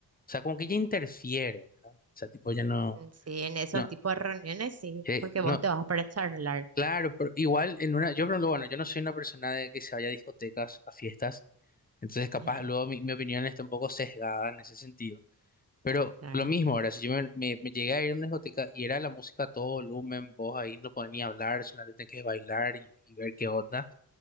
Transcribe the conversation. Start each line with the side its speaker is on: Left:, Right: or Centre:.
Left: o sea, como que ya interfiere, ¿verdad? O sea, tipo, ya no,
Right: Mm, Sí, en esos
Left: no,
Right: tipos de reuniones sí,
Left: eh,
Right: porque
Left: no,
Right: vos te vas para charlar.
Left: claro, pero igual en una, yo, por pero bueno, yo no soy una persona de que se vaya a discotecas, a fiestas, entonces capaz
Right: Ajá,
Left: luego mi, mi opinión está un poco sesgada en ese sentido. Pero
Right: claro.
Left: lo mismo, ahora, si yo me, me- me llegué a ir a una discoteca y era la música a todo volumen, vos ahí no podías ni hablar, solamente tenías que bailar y, y ver qué onda,